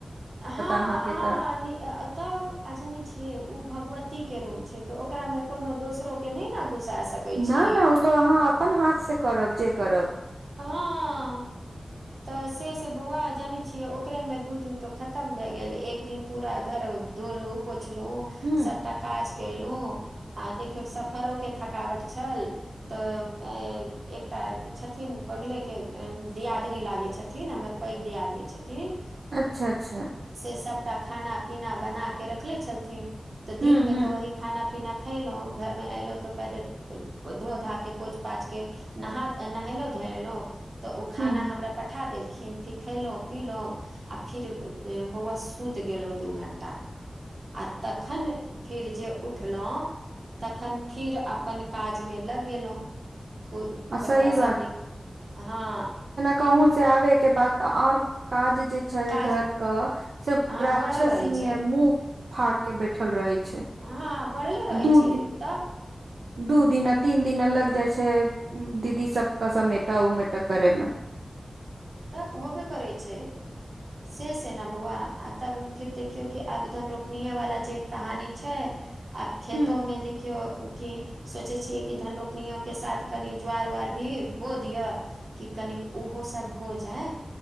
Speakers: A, on the right; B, on the right.
A: हँ
B: अहाँके
A: हँ
B: तऽ
A: नि अं तब आ जाने छियै उ भगवती के रूम छै त ओकरा मे कोनो दोसरो के नहि ने घुसा सकै
B: ना
A: छी
B: ना ओ तऽ अहाँ अपन हाथ से करब जे करब
A: हँ तऽ से से बौआ जानै छियै ओकरे मे दू दिन तो खतम भए गेल एक दिन पूरा घर दोनू पोछलु
B: ह
A: सबटा काज कयलुं आ देखियौ सफरो के थकावट छल तऽ एकटा छथिन बगले के दियाद लागे छथिन हमर पैघ दियादनी छथिन
B: अच्छा अच्छा
A: से सभटा खाना पीना बना के रखले छलथिन तऽ
B: हू
A: दिन मे
B: हू
A: तऽ ओहि खाना पीना खएलहुँ घरमे अयलहुँ तऽ पहिले धो धाके पोछ पाछके नहा नहेलौं धोयेलौं तऽ ओ खाना
B: हू
A: हम ओकरा पठा देलखिन फऽ खयलहुँ पीलहुँ आ फिर बौआ सुति गेल ओ दू घण्टा आ तखन फिर जे उठलहुँ तखन फिर अपन काजमे लग गेलहुं प
B: आ
A: कपड़ा
B: सही
A: सब नि हँ
B: कहूं से आबे के बाद त और काज जे छै
A: काज
B: ओ घर क से
A: हँ
B: राक्षस
A: बढ़ल रहै
B: नियन
A: छै
B: मुंह फाड़ के बैठल रहे छै
A: हँ बढ़ले रहै
B: दू
A: छै
B: दिन
A: तब
B: दू दिना तीन दिना लग जाइ छै दीदी सबके समेटा उमेटा करै मे
A: तब होबे करै छै से से न बौआ आ तब फिर देखियौ कि आब धन रोपनीे वाला जे कहानी छै आब खेतो
B: ह
A: मे देखियौ कि सोचै छीयै कि धन रोपनो के साथ कनि ज्वार उआर भी बो दिअ कि कनिक ओहो सब हो जाय